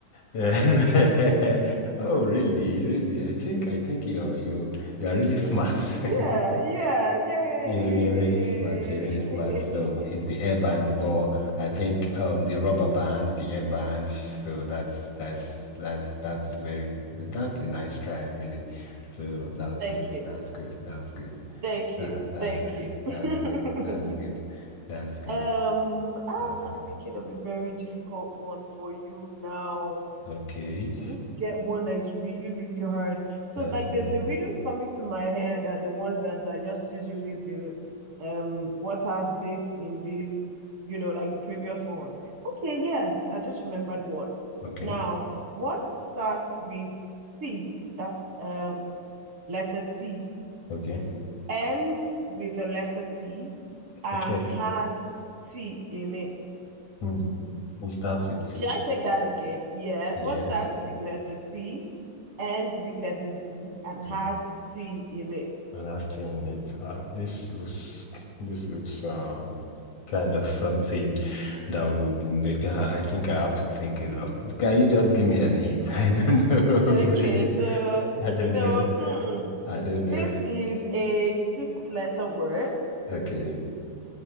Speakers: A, on the left (about 65°); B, on the right (about 50°).
A: <laughs> Oh, really? Really? I think I think you're you you're really smart.
B: Yeah,
A: <laughs>
B: yeah, yay.
A: You're you're really smart. You're really smart.
B: <laughs>
A: So it's the air band, but I think um the rubber band, the air band. So that's that's that's that's a very that's a nice try, really. So that's
B: Thank
A: good.
B: you.
A: That's good. That's good.
B: Thank
A: That,
B: you.
A: that's
B: Thank
A: good.
B: you. <laughs>
A: That's good. That's good. That's good.
B: Um, ah,
A: That's
B: I'm
A: good.
B: thinking of a very difficult one for you now.
A: Okay.
B: I need to get one that is really, really hard. So
A: That's
B: like
A: good.
B: the the riddles coming to my head are the ones that are just usually the um what has this in this, you know, like the previous ones. Okay, yes, I just remembered one.
A: Okay.
B: Now, what starts with C? That's um letter T.
A: Okay.
B: Ends with the letter T and
A: Okay.
B: has T in it.
A: Hmm. It starts with T.
B: Should I take that again? Yes.
A: Yes.
B: What starts with letter T, ends with letter T, and has
A: Hmm.
B: T in it?
A: And that's T in it. ah this looks this looks um kind of something that would make uh, I think I have to think a lot. Can you just give me an hint? <laughs> I don't know, <laughs>
B: Okay,
A: really.
B: so
A: I don't
B: so
A: know.
B: hmm,
A: I don't
B: this
A: know.
B: is a six-letter word.
A: Okay.